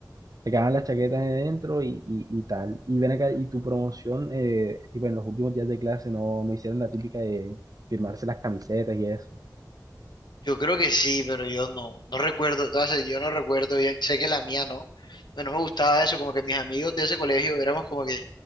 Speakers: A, on the right; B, on the left.
A: te quedaban las chaquetas de dentro y, y, y tal. Y ven acá, y tu promoción, eh, tipo en los últimos días de clase no, no hicieron la típica de firmarse las camisetas y eso.
B: Yo creo que sí, pero yo no, no recuerdo, entonces yo no recuerdo bien, sé que la mía no, bueno, no me gustaba eso, como que mis amigos de ese colegio éramos como que